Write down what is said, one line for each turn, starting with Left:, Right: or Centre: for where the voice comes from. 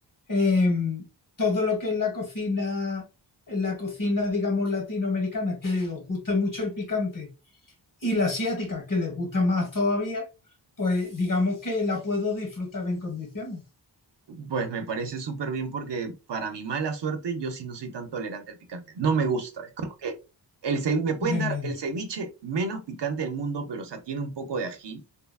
Left: em, todo lo que es la cocina, en la cocina, digamos, latinoamericana, que os gusta mucho el picante y la asiática, que les gusta más todavía, pues digamos que la puedo disfrutar en condiciones.
Right: pues me parece súper bien porque para mi mala suerte, yo sí no soy tan tolerante al picante. No me gusta. Es como que el ce- me pueden
Left: Venga
Right: dar
Left: ya,
Right: el ceviche menos picante del mundo, pero o sea, tiene un poco de ají.